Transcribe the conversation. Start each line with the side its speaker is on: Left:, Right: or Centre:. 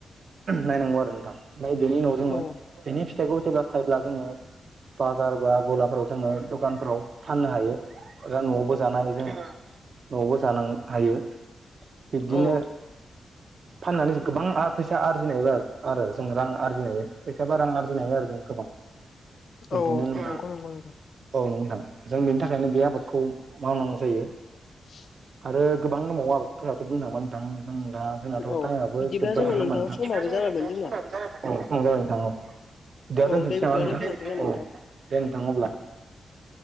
Right: नायनांगौ आरो नोंथां ओमफाय बेनि उनाव जोङो
Left: औ
Right: बेनि फिथाइखौ जेब्ला थायोब्ला जोङो बाजार बा गलाफोराव जोङो दखानफोराव फाननो हायो <unintelligible> न'आवबो जानो हायो जों न'आवबो जानो हायो बिब्दिनो
Left: औ
Right: फाननानै जों गोबांआ फैसा आरजिनो एबा आरो जों रां आरजिनो हायो फैसाबा रां आरजिनो हायो आरो जों गोबां बिदिनो
Left: औ
Right: <unintelligible>
Left: नंगौ नंगौ नंगौ
Right: औ नोंगौ नोंथां जों बेनि थाखायनो बे आबादखौ मावनांगौ जायो
Left: <inaudible>
Right: आरो गोबां दंबावो आबादफोरनाथ' बुंनो थांबा नोंथां जों दा टाइमआबो
Left: औ बिदिब्ला
Right: जोबबाय
Left: जोंना
Right: नङा होमबा नोंथां औ
Left: समाबो जाबायमोन जोंना
Right: समा जाबाय नोंथां औ दा
Left: औ
Right: दोनथनसै
Left: दे बिदिब्ला
Right: नामा
Left: दोनथ'जासिगोन
Right: नोंथां
Left: नामा
Right: औ दे नोंथां अब्ला